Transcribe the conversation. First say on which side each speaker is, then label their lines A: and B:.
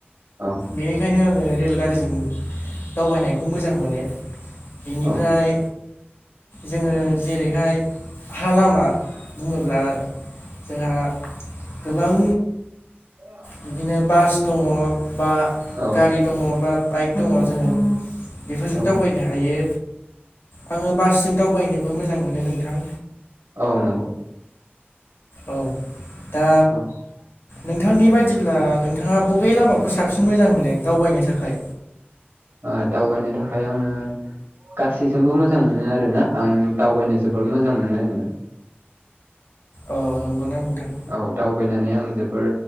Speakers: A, on the right; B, on the left.
A: औ
B: बेनिखायनो आङो रेलगारिजों दावबायनायखौ मोजां मोनो बेनिफ्राय
A: औ
B: जोङो जेरैहाय हा लामा बुङोब्ला जोंहा गोबां
A: <inaudible>
B: बिदिनो बास दङ बा
A: औ
B: गारि दङ बा बाइक दङ जोङो बेफोरजों
A: औ
B: दावबायनो हायो आङो बासजों दावबायनोबो मोजां मोनो नोंथां
A: औ नंगौ
B: औ दा
A: औ ओ
B: नोंथांनि बायदिब्ला नोंथाङा बबे लामाखौ खौ साबसिन मोजां मोनो दावबायनो थाखाय
A: ओ दावबायनो थाखाय आङो गासैजोंबो मोजां मोनो आरोना आं दावबायनो जोबोद मोजां मोनो आरोना
B: अ नंगौना नोंथां?
A: औ दावबायनानै आं जोबोर